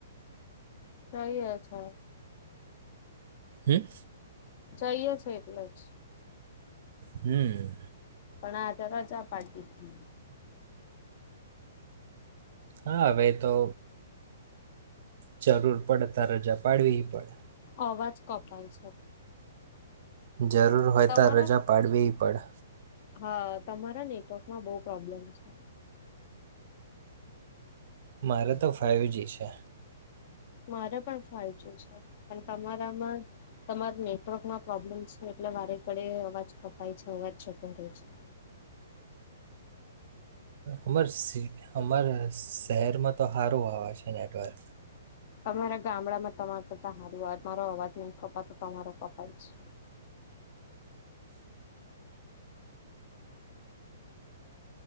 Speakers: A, on the left (about 35°); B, on the right (about 45°).
A: સહી રે છે.
B: હમ્મ.
A: જઈએ છે એટલે જ.
B: હમ્મ.
A: પણ આ તરાજા પાડ દીધી.
B: હા હવે તો જરૂર પડે તો રજા પાડવી પડે.
A: અવાજ કપાય છે.
B: જરૂર હોય
A: તમારા
B: તો રજા પાડવીય પડે.
A: હા, તમારા નેટવર્કમાં બહુ પ્રોબ્લેમ છે.
B: મારે તો ફાઈવ જ છે.
A: મારે પણ ફાયજી છે પણ તમારામાં તમાર નેટવર્કમાં પ્રોબ્લેમ છે એટલે વારે ઘડે અવાજ કપાય છે, અવાજ જતો રહે છે.
B: અમાર સી અમાર શહેરમાં તો હારું આવે છે નેટવર્ક.
A: અમારા ગામડામાં તમારતા સાર મારો અવાજ નહી કપાતો તમારો કપાઈ છ.